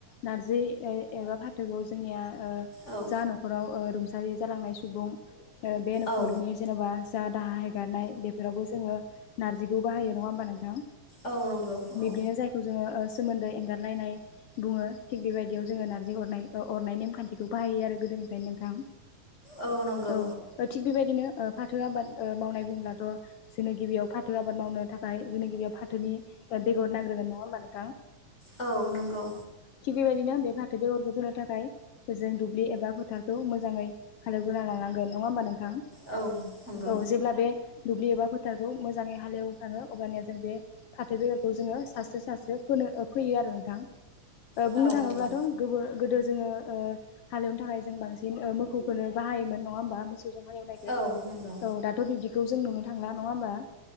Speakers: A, on the left (about 75°); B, on the left (about 20°).
A: नारजि एबा फाथोखौ जोंनिया ओ
B: औ
A: जा न'खराव ओ रुंसारि जालांनाय सुबुं बे न'खरनि
B: औ
A: जेन'बा जा दाहा हेगारनाय बेफोरावबो जोङो नारजिखौ बाहायो नङा होमबा नोंथां?
B: औ नंगौ औ
A: बिब्दिनो जायखौ जोङो सोमोन्दो एंगारलायनाय बुङो थिग बेबायदियाव जोङो नार्जि अरनाय अरनाय नेमखान्थिखौ बाहायो आरो। गोदोनिफ्राय नोंथां
B: औ नंगौ
A: औ थिग बेबायदिनो फाथो आबाद मावनाय बब्लाथ' जोंनि गिबियाव फाथो आबाद मावनो थाखाय जोंनि गिबियाव फाथोनि बेगर नांग्रोगोन नङा होनोमानो। औ
B: औ नंगौ
A: थिग बेबायदिनो बे फाथो बेगरखौ होनो थाखाय। जों दुब्लि एबा फोथारखौ मोजाङै हालेवगोना लांनांगोन नङा होमबा नोंथां?
B: औ नंगौ
A: औ जेब्ला बे दुब्लि एबा फोथारखौ मोजाङै हालेवखाङो अबानिया जों बे फाथो बेगरखौ जोङो सास्रो सास्रो। ै आरो नोंथ बुंनो
B: औ
A: थाङोब्लाथ
B: नंगौ
A: जोङो हालेवनो थाखाय जों बांसिन मोसौखौनो बाहायोमोन नङा होमबा? मो जों हालेव नायखौो
B: औ नंगौ
A: औ दाथ' बिब्दिखौ जों नुनो थांला नङा होमबा?